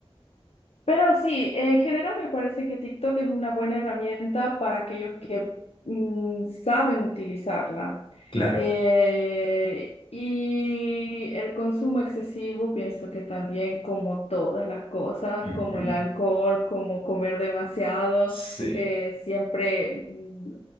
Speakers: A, on the left; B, on the left.
A: Pero sí, en general me parece que TikTok es una buena herramienta para aquellos que mm, saben utilizarla.
B: Claro.
A: Eh, y el consumo excesivo, pienso que también como todas las cosas,
B: Ujú.
A: como el alcohol, como comer demasiado,
B: Sí,
A: eh, siempre mm,